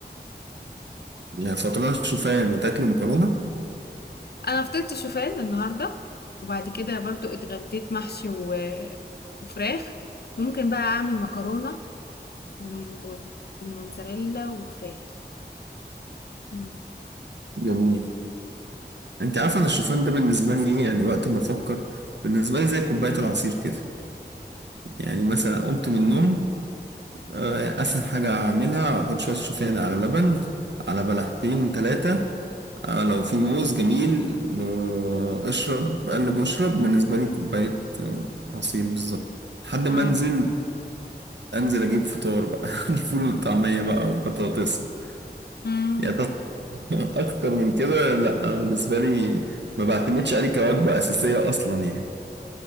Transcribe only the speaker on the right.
يعني فطران الشوفان وتاكلي مكرونة
جميل انت عارفه انا الشوفان ده بالنسبه لي ايه يعني وقت ما افكر بالنسبه لي زي كوبايه العصير كده يعني مثلا قمت من النوم آه، اسهل حاجه اعملها احط شويه شوفان على لبن على بلحتين ثلاثه آه لو في موز جميل آه اشرب قلب واشرب بالنسبة لي كوباية آه عصير بالظبط لحد
ما انزل انزل اجيب فطار بقى <laughs> الفول والطعمية بقى والبطاطس
يعني <laughs> ت- اكتر من كده لا بالنسبة لي ما بعتمدش عليه كوجبة اساسية اصلا يعني